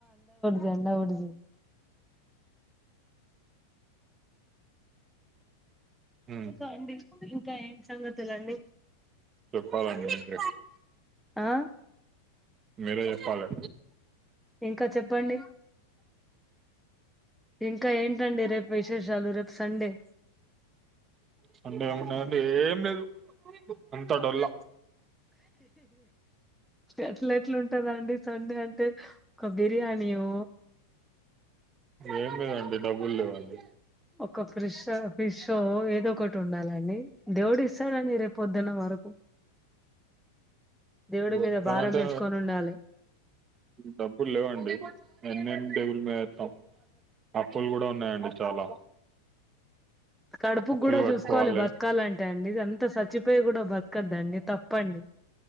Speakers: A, in the centre; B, on the right.
A: జండ ఉరుజు
B: హ్మ్
A: ఇంకా అండి ఇంకా ఏం సంగతులండి
B: చెప్పాలండి మీరే,
A: ఆ
B: మీరే చెప్పాలే
A: ఇంకా చెప్పండి ఇంకా ఏంటండి రేపు విశేషాలు రేపు సండే
B: సండే ఏమున్నదండి ఏం లేదు అంతా డొల్లా
A: అట్ల ఎట్లుంటదండి సండే అంటే ఒక బిర్యానీయో
B: ఏం లేదండి డబ్బులు లేవండి
A: ఒక ఫ్రిషా ఫిషో ఏదో ఒకటి ఉండాలండి దేవుడు ఇ స్తాడండి రేపు పొద్దున వరకు దేవుడి మీద
B: ఇస్తారంటే
A: భారం ఏసుకొని ఉండాలి
B: డబ్బులు లేవండి ఎన్ని అని దేవుళ్ళ మీద ఎత్తం అప్పులు కూడా ఉన్నాయండి చాలా
A: కడుపుకూడా
B: అప్పులు కట్టుకోవాలి
A: చూసుకోవాలి బతకాలంటే అండి అంత సచ్చిపోయి కూడా బతకద్దండి తప్పండి